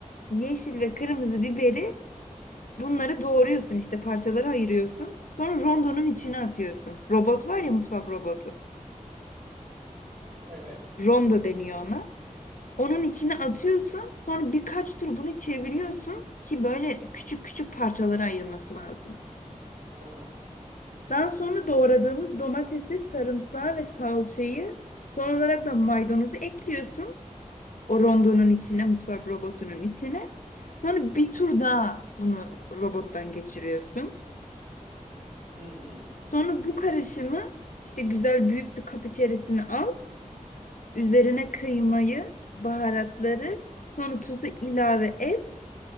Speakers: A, on the left; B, on the right.
A: yeşil ve kırmızı biberi bunları doğruyorsun işte parçalara ayırıyorsun. Sonra rondonun içine atıyorsun. Robot var ya mutfak robotu.
B: Evet,
A: Rondo deniyor ona. Onun içine atıyorsun. Sonra birkaç tur bunu çeviriyorsun ki böyle küçük küçük parçalara ayırması lazım.
B: tamam.
A: Daha sonra doğradığımız domatesi, sarımsağı ve salçayı son olarak da maydanozu ekliyorsun. O rondonun içine, mutfak robotunun içine. Sonra bir tur daha bunu robottan geçiriyorsun.
B: Hı-hı.
A: Sonra bu karışımı işte güzel büyük bir kap içerisine al. Üzerine kıymayı, baharatları, sonra tuzu ilave et.